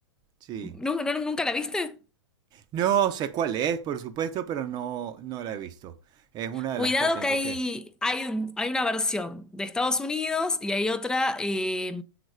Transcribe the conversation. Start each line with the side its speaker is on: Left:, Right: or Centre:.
Right: Sí.
Centre: ¿Nun- no- ¿Nunca, la viste?
Right: No sé cuál es, por supuesto, pero no, no la he visto. Es una de
Centre: Cuidado
Right: las que tengo
Centre: que hay,
Right: que.
Centre: hay, hay una versión de Estados Unidos y hay otra eh,